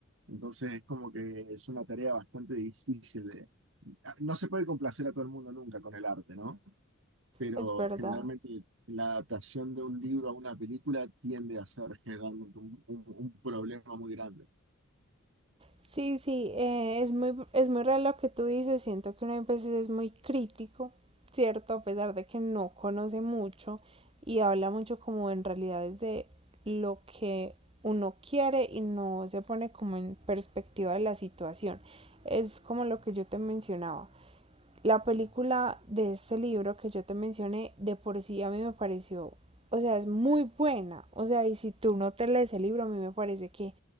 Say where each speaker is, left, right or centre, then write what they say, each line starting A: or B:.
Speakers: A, on the right; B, on the right.
A: Entonces es como que es una tarea bastante difícil de... ah, No se puede complacer a todo el mundo nunca con el arte, ¿no? Pero
B: Es verdad.
A: generalmente la adaptación de un libro a una película tiende a ser generalmente un, un- un problema muy grande.
B: Sí, sí, eh, es muy, es muy real lo que tú dices, siento que uno a veces es muy crítico, ¿cierto? A pesar de que no conoce mucho y habla mucho como en realidad desde lo que uno quiere y no se pone como en perspectiva de la situación. Es como lo que yo te mencionaba la película de este libro que yo te mencioné, de por sí a mí me pareció, o sea, es muy buena. O sea, y si tú no te lees el libro, a mí me parece que